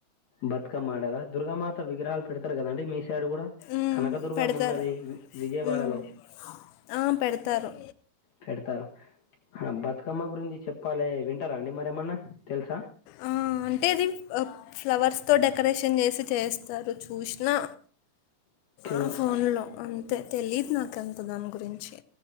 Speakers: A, on the left; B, on the left.
A: బత్కమ్మ ఆడరా దుర్గామాత విగ్రహాలు పెడతరు గాదా అండి మీ సైడ్ గూడా
B: మ్మ్,
A: కనకదుర్గమ్మన్నది
B: పెడతారు
A: వి విజయవాడలో
B: మ్మ్. ఆ, పెడతారు
A: పెడతారొ బతుకమ్మ గురించి చెప్పాలే వింటారా అండి మరేమన్నా తెల్సా
B: ఆ అంటే అది అప్ ఫ్లవర్స్తో డెకరేషన్ జేసి చేస్తారు చూష్నా
A: చూ-
B: ఆ ఫోండ్లో అంతే తెలీద్ నాకంత దాన్ గురించి